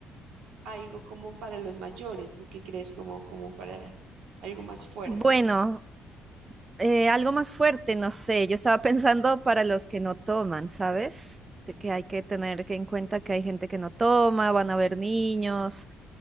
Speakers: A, on the right (about 85°); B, on the right (about 25°).
A: algo como para los mayores, ¿tú qué crees? Como, como para algo más fuerte.
B: Bueno, Eh, algo más fuerte, no sé. Yo estaba <laughs> pensando para los que no toman, ¿sabes? De que hay que tener que en cuenta que hay gente que no toma, van a haber niños.